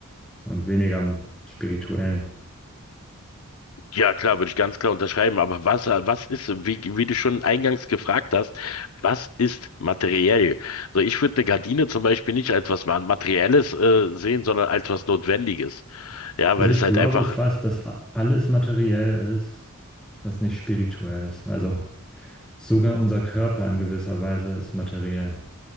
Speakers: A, in the centre; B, on the left (about 75°).
A: und weniger am Spirituellen.
B: Ja, klar, würde ich ganz klar unterschreiben. Aber was, äh, was ist, wie, wie du schon eingangs gefragt hast, was ist materiell? So, ich würde eine Gardine zum Beispiel nicht als was Materielles, äh, sehen, sondern als was Notwendiges. Ja,
A: Also
B: weil
A: ich
B: es
A: glaube
B: halt einfach,
A: fast, dass a- alles materiell ist, was nicht spirituell ist. Also sogar unser Körper in gewisser Weise ist materiell,